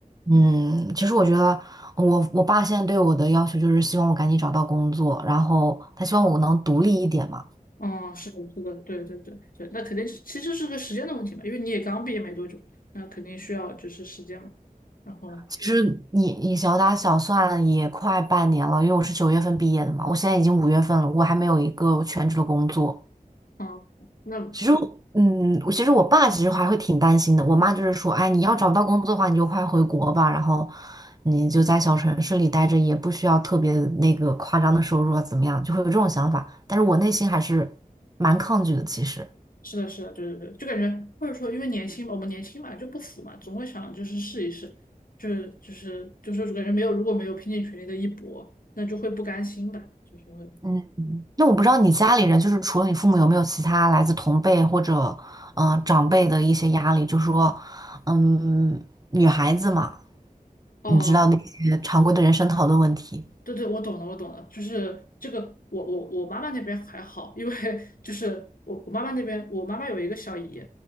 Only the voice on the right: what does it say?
嗯，其实我觉得我我爸现在对我的要求就是希望我赶紧找到工作，然后他希望我能独立一点嘛。
其实你你小打小算也快半年了，因为我是九月份毕业的嘛，我现在已经五月份了，我还没有一个全职的工作。
其实嗯，我其实我爸其实还会挺担心的。我妈就是说，哎，你要找不到工作的话，你就快回国吧，然后你就在小城市里待着，也不需要特别那个夸张的收入啊，怎么样，就会有这种想法。但是我内心还是蛮抗拒的，其实。
嗯。那我不知道你家里人，就是除了你父母，有没有其他来自同辈或者嗯、呃长辈的一些压力？就说，嗯，女孩子嘛，
你知道那些常规的人生讨论问题